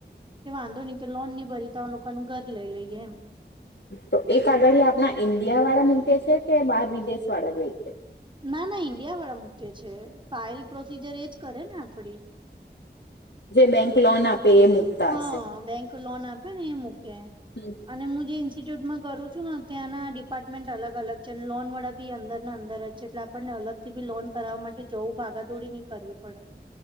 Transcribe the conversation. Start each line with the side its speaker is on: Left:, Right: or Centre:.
Right: કે વાંધો નહી કે લોન ન ભરી તો લોકોનું ઘર લઈ લઈએ એમ.
Left: તો એ આગળ આપણા ઈન્ડિયા વાળા મૂકે છે કે બાર વિદેશ વાળા લે છે
Right: ના ના ઈન્ડિયા વાળા મૂકે છે ફાઇલ પ્રોસીજર એજ કરે ને આપડી
Left: જે બેંક લોન આપે એ મૂકતા
Right: હા
Left: હશે
Right: બેંક લોન આપે ને એ મૂકે
Left: <inaudible>
Right: અને હું જે ઇન્સ્ટિટ્યુટમાં કરું છું ને ત્યાં ડિપાર્ટમેન્ટ અલગ અલગ છે અને લોન વળા બી અંદરના અંદર જ એટલે આપણને અલગથી બી લોન કરાવવા માટે જવું ભાગાદોડી નઈ કરવી પડે